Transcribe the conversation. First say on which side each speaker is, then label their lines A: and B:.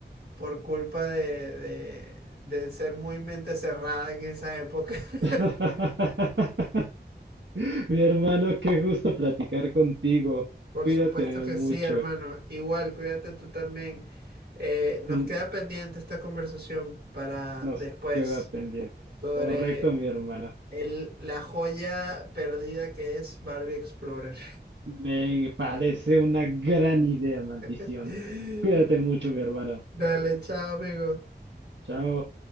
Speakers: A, on the right; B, on the right.
A: por culpa de, de, de ser muy mente cerrada en esa época. <laughs>
B: <laughs> Mi hermano, qué gusto platicar contigo.
A: Por
B: Cuídate
A: supuesto que
B: mucho.
A: sí, hermano. Igual, cuídate tú también. Eh, nos
B: Un-
A: queda pendiente esta conversación para
B: nos
A: después
B: queda pendiente.
A: sobre
B: Correcto, mi hermano.
A: el, la joya perdida que es Barbie Explorer.
B: Me parece una gran idea, maldición.
A: <laughs>
B: Cuídate mucho, mi hermano.
A: Dale, chao, amigo.
B: Chao.